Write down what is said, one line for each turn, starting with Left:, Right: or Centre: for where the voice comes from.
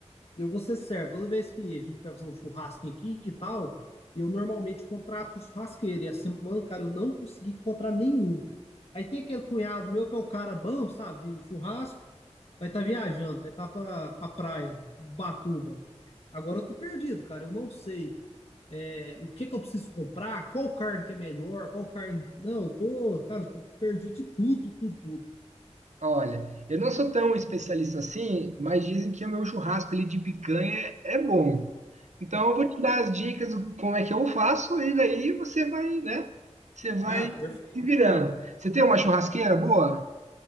Left: eu vou ser certo, toda vez que a gente vai fazer um churrasquinho aqui e tal, eu normalmente contrato churrasqueiro, e a semana, cara, eu não consegui encontrar nenhum. Aí tem aquele cunhado meu que é o cara bom, sabe, de churrasco, vai estar viajando, vai estar pra, pra praia, Batuba. Agora eu tô perdido, cara, eu não sei é, o que que eu preciso comprar, qual carne que é melhor, qual carne... Não, eu tô, cara, eu tô perdido de tudo, tudo, tudo.
Right: Olha, eu não sou tão especialista assim, mas dizem que o meu churrasco ali de picanha é bom. Então eu vou te dar as dicas do como é que eu faço e daí você vai, né? Você vai
Left: Ah,
Right: se
Left: perfeito.
Right: virando. Você tem uma churrasqueira boa?